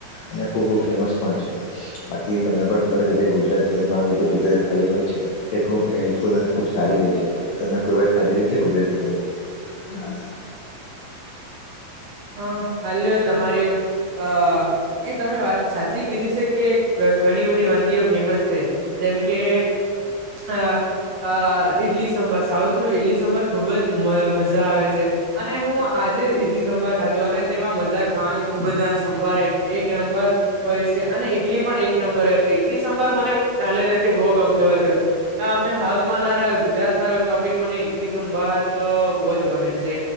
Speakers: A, on the left (about 75°); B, on the right (about 65°).
A: અને ખુબ ફેમસ પણ છે બાકી તમને ખબર જે ગુજરાત શહેરમાં આવે ગુજરાત થાળી હોય છે તે ખુબ હેલ્પફુલ અને ખુબ સારી હોય છે. તમે કોઈ વાર ખાધેલી છે ગુજરાતી થાળી <unintelligible>
B: <inaudible> હા હાલ તમારી અ એ તમે વાત સાચી કીધી છે કે ઘ ઘણી બધી વાનગીઓ ફેમસ છે જેમ કે અ અ ઇડલી સભાર સાઉથ નું ઇડલી સભાર ખુબ જ મ મજા આવે છે અને હું આજે જ ઇડલી સંભાર ખાધું અને તેમાં મજા ખાવાની ખુબ જ અ સંભાએ એક નંબર હોય છે અને ઇટલી પણ એક નંબર હોય છે ઈટલી સંંભર મને <unintelligible> બહુ ગમ <unintelligible> જો અમે સાઉથમાં ના રહ ગુજરાત માં રહ તો બી પણને ઈડલી સંભાર તો બહુજ ગમે છે